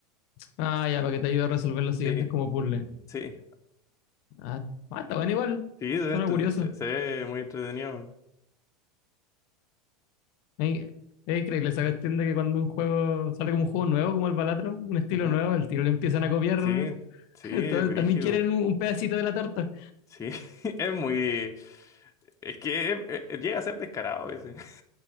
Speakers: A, on the left; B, on the left.
A: Ah, ya, para que te ayude a resolver los
B: Sí,
A: siguientes como puzzle.
B: sí,
A: Ah, ah, está bueno igual.
B: sí, se
A: Suena
B: ve, entre-
A: curioso.
B: se- se ve muy entretenido.
A: Es es increíble esa cuestión de que cuando un juego sale como un juego nuevo, como el Balatro, un estilo
B: Ujú.
A: nuevo, el tiro le empiezan a copiar.
B: Sí, sí,
A: <laughs>
B: es
A: Todo-
B: brígido.
A: también quieren un, un pedacito de la torta.
B: Sí, <laughs> es muy... Es que eh, eh, llega a ser descarado ese. <laughs>